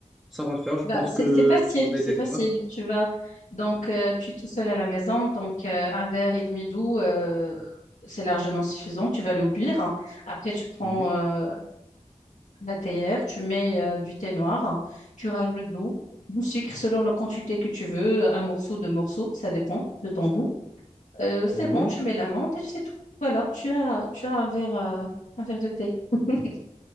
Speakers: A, in the centre; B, on the left.
A: ça va le faire. Je
B: Bah,
A: pense
B: c'est
A: que
B: c'est facile,
A: j'en ai
B: c'est
A: des
B: facile.
A: grains.
B: Tu vas donc euh, tu es tout seul à la maison, donc euh, un verre et demi d'eau, euh, c'est largement suffisant. Tu vas le boire. Après, tu prends
A: Mhm.
B: euh, la théière, tu mets euh, du thé noir, tu rajoutes de l'eau, du sucre selon la quantité que tu veux, un morceau, deux morceaux, ça dépend de ton goût. Euh, c'est
A: Mhm.
B: bon, tu mets la menthe et c'est tout. Voilà, tu as, tu as un verre, euh, un verre de thé. <laughs>